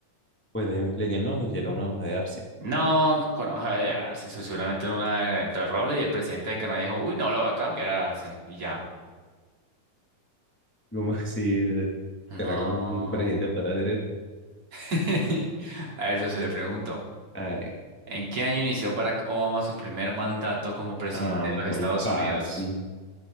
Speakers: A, in the centre; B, on the right (about 45°).
A: Pues déjeme decirle que no, socio, era una hoja de arce.
B: No, co- conozco a Arce, su- seguramente era una era de Roble y el presidente de Canadá dijo, uy, no, lo va a cambiar a Arce. Y ya.
A: ¿Cómo así?
B: No.
A: ¿Será que un presidente podrá hacer eso?
B: <laughs> A ver, socio, le pregunto,
A: Hágale.
B: ¿en qué año inició Barack Obama su primer mandato como presidente
A: Ah,
B: de
A: muy
B: los Estados
A: fácil.
B: Unidos?